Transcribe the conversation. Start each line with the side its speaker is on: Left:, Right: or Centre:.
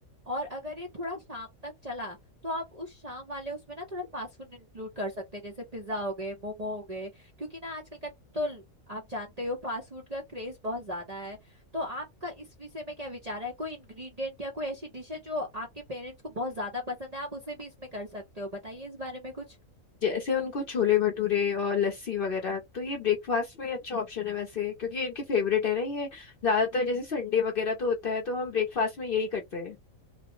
Right: और अगर ये थोड़ा शाम तक चला तो आप उस शाम वाले उसमें ना थोड़ा फास्ट फूड इंक्लूड कर सकते हैं जैसे पिज्जा हो गए मोमो हो गए क्योंकि ना आजकल का तो ल- आप जानते हो फास्ट फूड का क्रेज बहुत ज्यादा है तो आपका इस विषय में क्या विचार है कोई इंग्रेडिएंट या कोई ऐसी डिश है जो आपके पेरेंट्स को बहुत ज्यादा पसंद है आप उसे भी इसमें कर सकते हो बताइए इस बारे में कुछ
Left: जैसे उनको छोले भटूरे और लस्सी वगैरह तो ये ब्रेकफास्ट में अच्छा ऑप्शन है वैसे क्योंकि इनके फेवरेट है ना ये ज्यादातर जैसे संडे वगैरह तो होता है तो हम ब्रेकफास्ट में यही करते हैं